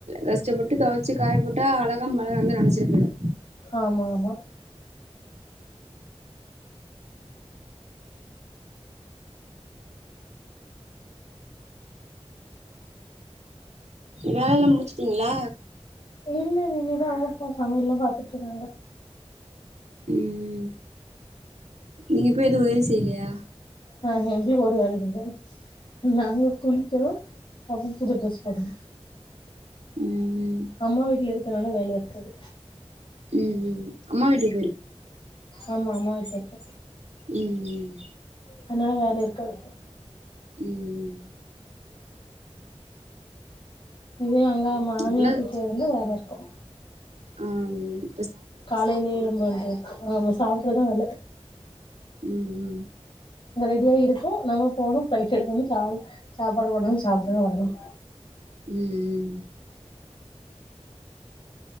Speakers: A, on the right; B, on the left.
A: கஷ்டப்பட்டு தொவை ச்சு காய போட்டா அழகா மழ வந்து நனச்சிட்டு போய்டோ
B: ஆமாமா
A: வேலல்லா முடிச்சுட்டீங்ளா
B: இல்ல இல்ல இனி தா அவங்கப்பா சமயல்லா பாத்துட்ருக்காங்க
A: ம் நீங்க போய் எது உதவி செய்லியா
B: ஆ எங்ளுக் ஒரு வேலயு இல்ல நாங்க குளிக்கிறோ அப்றோ புது ட்ரெஸ் போட்றோ
A: ம் ம்
B: அம்மா வீட்டல இருக்கனால வேல இருக்காது
A: ம் ம் அம்மா வீட்டு
B: ஆமா அம்மா வீட்ல இருக்க
A: ம்
B: அதனால வேல இருக்காது
A: ம் ம் ம்
B: இதே அங்க மாமியார்
A: அப்டின்னா
B: வீட்ல இருந்தா வேல இருக்கும்
A: ம்
B: காலையிலயே எலம்பவேன்டுருக்கும் ஆமா சாப்ட்றதா வேல
A: ம் ம்
B: இங்க ரெடியாருக்கும் நம்ம போனும் ப்ளேட் எடுக்கணும் சா சாப்பாடு போடணும் சாப்பிட்டோன்ன வரணும்
A: ம் ம்